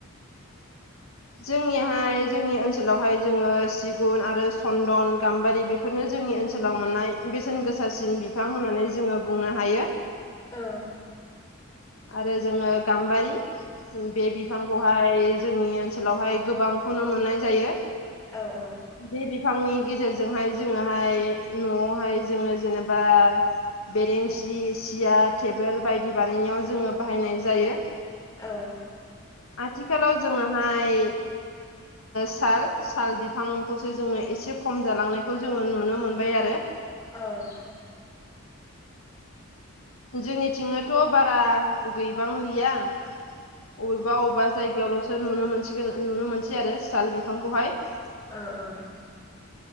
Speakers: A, on the left; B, on the left.
A: जोंनिहाय जोंनि ओनसोलावहाय जोङो सिगुन आरो सन्दन गाम्बारि बे बेफोरनो जोंनि ओनसोलाव मोननाय बेसेन गोसासिन बिफां होननानै जोङो बुंनो हायो
B: ओ
A: आरो जोङो गाम्बारि बे बिफांखौ बे खौहाय जोंनि ओनसोलावहाय गोबांखौनो मोननाय जायो
B: औ औ
A: बे बिफांनि गेजेरजोंहाय जोङोहाय न'आवहाय जोङो जेनेबा बेरेेंसि सियार टेबोल बायदि बानायनायाव जोङो बाहायनाय जायो
B: औ
A: आथिखालाव जोङोहाय साल साल बिफांखौसो जोङो एसे खम जालांनायखौ जोङो नुनो मोनबाय आरो
B: औ
A: जोंनिथिंनोथ' बारा गैबांलिया अबेबा अबेबा जायगायावल'सो नुनो मोनसिगोन नुनो मोनसै आरो साल बिफांखौहाय
B: <unintelligible>